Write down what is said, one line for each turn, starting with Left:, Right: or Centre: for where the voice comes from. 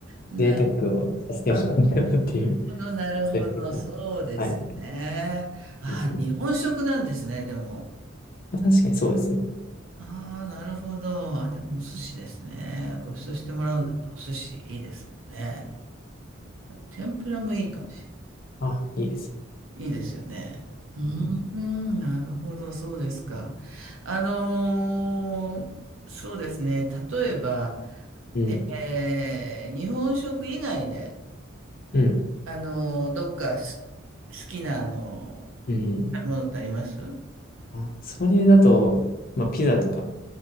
Right: な
Left: 贅沢をさせてもらうかなっていう、
Right: るほど、なるほど。
Left: <laughs> そういう時も。
Right: そうですね。
Left: はいはい。
Right: ああ、
Left: うんうん
Right: 日本食なんですね、でも。
Left: 確かにそうですね。
Right: ああ、なるほど。あ、でもお寿司ですね。ご馳走してもらうんだったらお寿司いいですもんね。天ぷらもいいかも。
Left: あ、いいです。
Right: いいですよね。うー
Left: うん、
Right: ん、なるほど、そうですか。あのーそうですね。例えば、
Left: うん、
Right: えー日本食以外で、
Left: うん。
Right: あのーどっかす好きな、あの
Left: うん
Right: ーものってあります
Left: あ、それだと、まあ、ピザとか、